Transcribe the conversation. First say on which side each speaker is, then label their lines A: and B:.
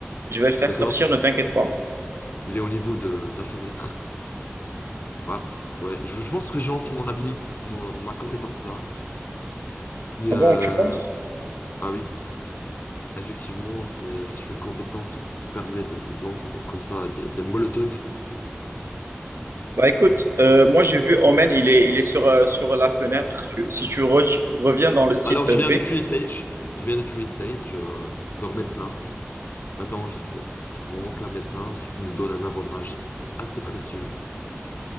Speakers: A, on the right; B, on the left.
A: Je vais le faire
B: d'accord?
A: sortir, ne t'inquiète pas.
B: Il est au niveau de, de la fenêtre. Ouais, ouais. Je, je pense que Jean, c'est mon habilité, mon- ma compétence là. Qui,
A: Ah
B: euh,
A: bon, tu penses?
B: Ah oui, effectivement, c'est c'est une compétence qui permet de lancer de- comme ça des, des molotovs.
A: Bah écoute, euh, moi j'ai vu Omen, il est, il est sur, euh, sur la fenêtre. Tu- si tu re- reviens dans le site
B: Alors, je
A: B,
B: viens de tuer Sage. Je viens de tuer Sage, euh, leur médecin. Maintenant, je, euh, mon cas médecin, ce qui nous donne un avantage assez précieux.